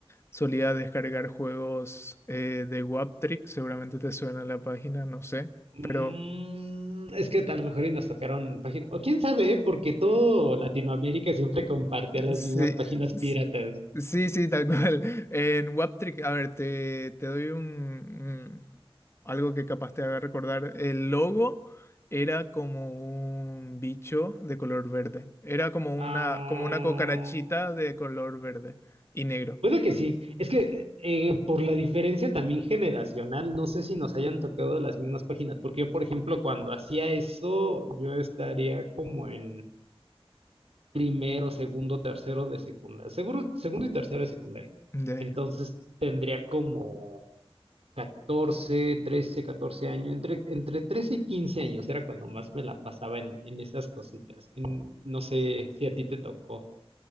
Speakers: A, on the left; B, on the right.
A: solía descargar juegos eh, de Waptrick, seguramente te suena la página, no sé,
B: Mm,
A: pero
B: es que a lo mejor y nos tocaron páginas. O quién sabe, ¿eh? porque todo Latinoamérica siempre compartía las
A: sí,
B: mismas páginas piratas.
A: Sí, sí, tal cual. <laughs> En Waptrick, a ver, te, te doy un, un- algo que capaz te haga recordar. El logo era como un bicho de color verde. Era como una,
B: Ah,
A: como una cucarachita de color verde y negro.
B: puede que sí. Es que eh, por la diferencia también generacional, no sé si nos hayan tocado las mismas páginas, porque yo, por ejemplo, cuando hacía eso, yo estaría como en primero, segundo, tercero de secundaria. Seguro, segundo y tercero de secundaria.
A: De,
B: Entonces tendría como catorce trece catorce años, entre, entre trece y 15 años era cuando más me la pasaba en, en esas cositas. En- no sé si a ti te tocó